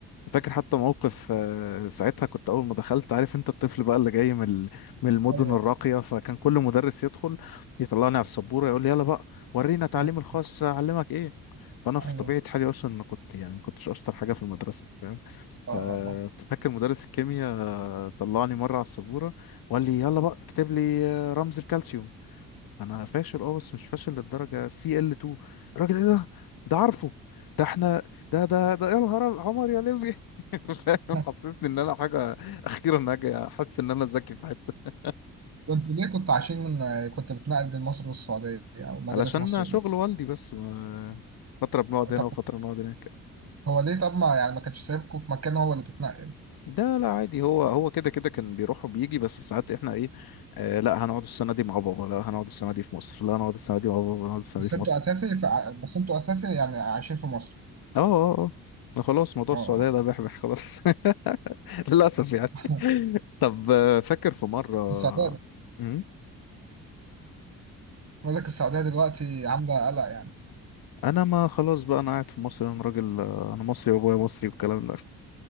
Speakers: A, on the left; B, on the right.
A: فاكر حتى موقف آه، ساعتها كنت اول ما دخلت عارف انت الطفل بقى اللي جاي من ال- من المدن
B: ايوه
A: الراقيه فكان كل مدرس يدخل يطلعني على السبوره يقول لي يلا بقى ورينا تعليم
B: ايوه
A: الخاص اعلمك ايه فانا في
B: ايوه
A: طبيعه حالي اصلا انا كنت يعني ما كنتش اشطر حاجه في المدرسه فاهم
B: اه اه اه
A: ففاكر مدرس الكيمياء طلعني مره على السبوره وقال لي يلا بقى اكتب لي آه، رمز الكالسيوم انا فاشل اه بس مش فاشل للدرجه سي ال 2 الراجل ايه ده ده عارفه ده احنا ده ده ده يا نهار أب- عمر يا ليبي <laughs> فاهم؟
B: <laughs>
A: حسسني ان انا حاجه اخيرا هاجي احس ان انا ذكي في حته
B: كنت ليه كنت عايشين من كنت بتنقل بين مصر والسعوديه او مدارس
A: علشان
B: مصر
A: شغل والدي بس و... فتره بنقعد
B: والمغرب
A: هنا وفتره نقعد هناك
B: هو ليه طب ما يعني ما كانش سايبكم في مكان هو اللي بيتنقل
A: ده لا عادي هو هو كده كده كان بيروح وبيجي بس ساعات احنا ايه آه لا هنقعد السنه دي مع بابا لا هنقعد السنه دي في مصر لا هنقعد السنه دي مع بابا هنقعد السنه
B: بس
A: دي في
B: انتوا
A: مصر
B: اساسي في ع- بس انتوا اساسي يعني عايشين في مصر
A: اه اه اه خلاص موضوع
B: اه
A: السعودية ده بيحبح خلاص <laughs> للأسف يعني
B: <laughs> آه.
A: طب آه، فاكر في مرة
B: السعودية
A: مم.
B: بقول لك السعودية دلوقتي عاملة قلق يعني
A: أنا ما خلاص بقى أنا قاعد في مصر أنا راجل آه، أنا مصري وأبويا مصري والكلام ده